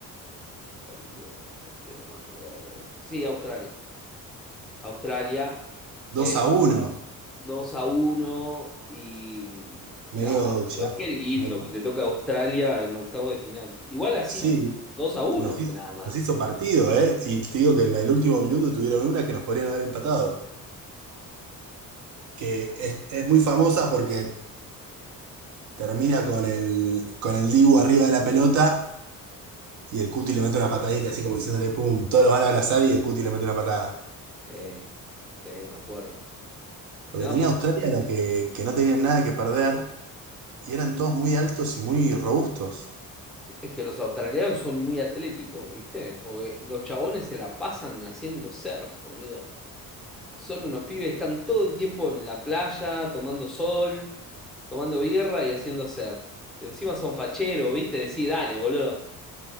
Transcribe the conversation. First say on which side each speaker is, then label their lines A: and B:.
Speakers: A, in the centre; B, on the right.
A: ay Dios, ¿por qué no me acuerdo? Sí, Australia. Australia,
B: dos
A: eh,
B: a 1.
A: 2 a uno y mm,
B: Medio
A: claro, pero
B: ya.
A: qué lindo
B: me-
A: que te toca Australia en octavos de final. Igual así
B: sí,
A: 2 a uno
B: Nos,
A: fue
B: hi-
A: nada más.
B: nos hizo partido, ¿eh? Y te digo que en el último minuto tuvieron una que nos podrían haber empatado. Que es, es muy famosa porque termina con el, con el Dibu arriba de la pelota y el Cuti le mete una patadita, así como diciéndole, pum, todos lo van a abrazar y el Cuti le mete una patada.
A: Eh, sí, me acuerdo.
B: Lo
A: No,
B: que tenía Australia era que, que no tenían nada que perder y eran todos muy altos y muy robustos.
A: es que los australianos son muy atléticos, ¿viste? Porque los chabones se la pasan haciendo surf, boludo. Son unos pibes que están todo el tiempo en la playa, tomando sol, tomando birra y haciendo surf. Y encima son facheros, ¿viste? Decí, dale, boludo.